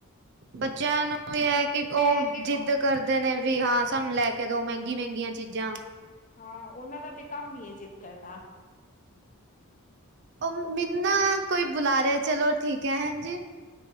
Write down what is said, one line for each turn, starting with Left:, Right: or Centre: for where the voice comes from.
Right: ਬੱਚਿਆਂ ਨੂੰ ਔ ਵੀ ਹੈ ਕਿ
Left: ਇਹ
Right: ਉਹ
Left: ਹੈ ਕਿ
Right: ਜਿੱਦ ਕਰਦੇ ਨੇਂ ਵੀ ਹਾਂ ਸਾਨੂੰ ਲੈ ਕੇ ਦੋ ਮਹਿੰਗੀ ਮਹਿੰਗੀਆਂ ਚੀਜ਼ਾਂ।
Left: ਹਾਂ ਉਹਨਾਂ ਦਾ ਤੇ ਕੰਮ ਹੀ ਏ ਜਿੱਦ ਕਰਨਾਂ।
Right: ਉਹ ਮੈਨੂੰ ਨਾਂ ਕੋਈ ਬੁਲਾ ਰਿਹਾ ਚਲੋ ਠੀਕ ਹੈ ਹਾਂਜੀ।